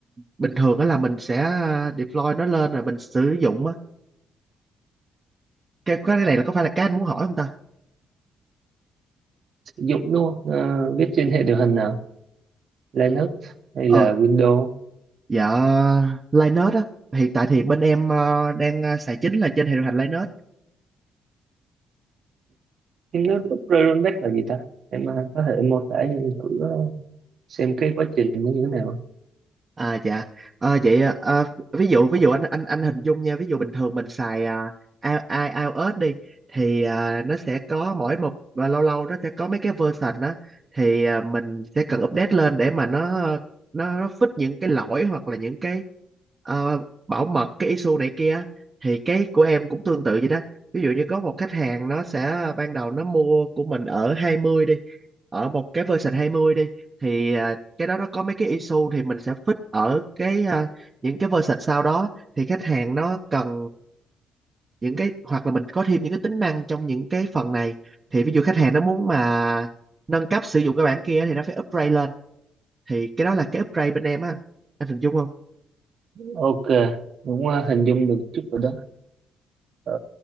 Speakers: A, on the right; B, on the right.
A: bình thường đó là mình sẽ ờ, deploy nó lên rồi mình sử dụng á cái cái này là có phải là cái anh muốn hỏi không ta
B: sử dụng đúng không? Ờ, viết trên hệ điều hành nào Linux hay
A: ờ
B: là Windows
A: dạ Linux á hiện tại thì bên em ờ, đang ờ, xài chính là trên hệ điều hành Linux
B: em Hypnotic Rollback là gì ta? Em à, có thể mô tả cho anh thử ờ, xem cái quá trình nó như thế nào.
A: À dạ. À, vậy à, à, ví dụ ví dụ anh anh anh hình dung nha, ví dụ bình thường mình xài à, i- i- iOS đi thì à, nó sẽ có mỗi một và lâu lâu nó sẽ có mấy cái version đó thì à, mình sẽ cần update lên để mà nó nó nó fix những cái lỗi hoặc là những cái ờ, bảo mật cái issue này kia á. thì cái của em cũng tương tự vậy đó. Ví dụ như có một khách hàng nó sẽ ban đầu nó mua của mình ở 20 đi, ở một cái version 20 đi thì à, cái đó nó có mấy cái issue thì mình sẽ fix ở cái à, những cái version sau đó thì khách hàng nó cần những cái hoặc là mình có thêm những cái tính năng trong những cái phần này thì ví dụ khách hàng nó muốn mà nâng cấp sử dụng cái bản kia thì nó phải upgrade lên thì cái đó là cái upgrade bên em á anh anh hình dung không
B: Ok, cũng ờ, hình dung được chút rồi đó. Ờ,